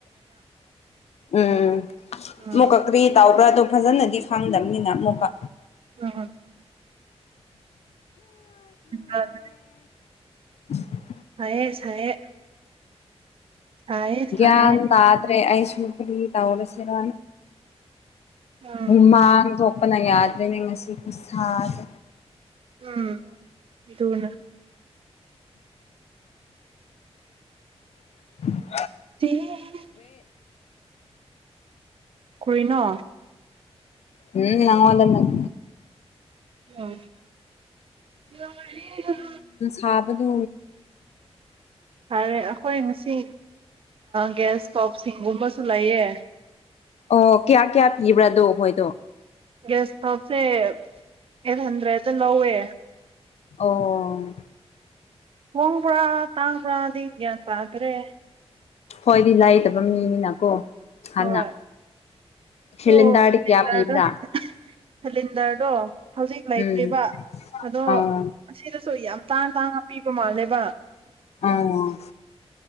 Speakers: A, on the left (about 75°); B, on the right (about 55°).
A: ꯎꯝ
B: ꯎꯝ
A: ꯃꯨ ꯀ ꯀ꯭ꯔꯤ ꯇꯥꯎ ꯄ꯭ꯔꯠꯇꯣ ꯐꯖꯅꯗꯤ ꯐꯪꯗꯕꯅꯤꯅ ꯑꯃꯨꯛꯀ
B: ꯑ <unintelligible> ꯑ <inaudible>
A: ꯎꯝ <inaudible>
B: ꯁꯥꯏꯌꯦ ꯁꯥꯏꯌꯦ ꯁꯥꯏꯌꯦ
A: ꯒ꯭ꯌꯥꯟ
B: ꯁꯥꯏꯌꯦ
A: ꯇꯥꯗ꯭ꯔꯦ ꯑꯩꯁꯨꯨ ꯀꯔꯤ ꯇꯧꯔꯁꯦꯔ
B: ꯎꯝ
A: ꯍꯨꯃꯥꯡ ꯊꯣꯛꯄꯅ ꯌꯥꯗ꯭ꯔꯦꯅꯦ ꯉꯁꯤ ꯈꯨꯁꯥꯁꯦ <inaudible>
B: ꯎꯝ ꯑꯗꯨꯅ
A: ꯎ <inaudible>
B: <unintelligible> ꯀ꯭ꯔꯤꯅꯣ
A: ꯎꯝ ꯅꯉꯣꯟꯗ ꯅꯠ
B: <inaudible>
A: ꯁꯥꯕꯗꯨ
B: ꯐꯔꯦ ꯑꯩꯈꯣꯏ ꯉꯁꯤ ꯒ꯭ꯌꯥꯁ ꯁ꯭ꯇꯣꯞ ꯁꯤꯡꯒꯨꯝꯕꯁꯨ ꯂꯩꯌꯦ
A: ꯑꯣ ꯀꯌꯥ ꯀꯌꯥ ꯄꯤꯕ꯭ꯔ ꯗꯣ ꯈꯣꯏꯗꯣ
B: ꯒ꯭ꯌꯥꯁ ꯁ꯭ꯇꯞꯁꯦ ꯑꯩꯠ ꯍꯟꯗ꯭ꯔꯦꯠꯇ ꯂꯧꯋꯦ
A: ꯑꯣ
B: ꯍꯣꯡꯕ꯭ꯔ ꯇꯥꯡꯕ꯭ꯔꯗꯤ ꯒ꯭ꯌꯥꯟ ꯇꯥꯗ꯭ꯔꯦ
A: ꯍꯣꯏꯗꯤ ꯂꯩꯗꯕ ꯃꯤꯅꯤꯅꯀꯣ ꯍꯥꯟꯅ
B: ꯍꯣꯏ ꯑꯗꯣ
A: ꯁꯤꯂꯤꯟꯗꯔꯗꯤ
B: ꯁꯤꯂꯤꯟꯗꯔꯗ
A: ꯀꯌꯥ ꯄꯤꯕ꯭ꯔꯥ
B: <inaudible> ꯗꯔꯗꯣ ꯍꯧꯖꯤꯛ ꯂꯩꯇ꯭ꯔꯤꯕ
A: ꯎꯝ
B: ꯑꯗꯣ
A: ꯑꯣ
B: ꯑꯁꯤꯗꯁꯨ ꯌꯥꯝ ꯇꯥꯡ ꯇꯥꯡꯅ ꯄꯤꯕ ꯃꯥꯜꯂꯦꯕ
A: ꯑꯣ